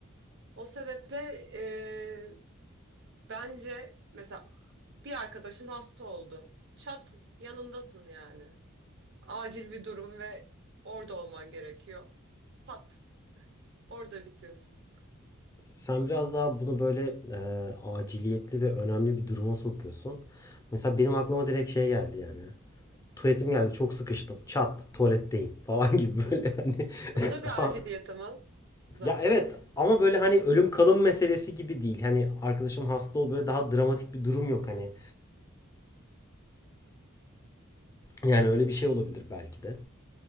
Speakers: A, on the right (about 60°); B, on the left (about 15°).
A: O sebeple e, bence mesela bir arkadaşın hasta oldu. Çat yanındasın yani. Acil bir durum ve orada olman gerekiyor. Pat orada bitiyorsun.
B: Sen biraz daha bunu böyle e, aciliyetli ve önemli bir duruma sokuyorsun. Mesela benim aklıma direkt şey geldi yani. Tuvaletim geldi çok sıkıştım. Çat tuvaletteyim falan <laughs> gibi böyle hani <laughs>
A: E, bu da bir
B: daha
A: aciliyet ama zaten.
B: ya evet ama böyle hani ölüm kalım meselesi gibi değil. Hani arkadaşım hasta ol böyle daha dramatik bir durum yok hani. Yani öyle bir şey olabilir belki de.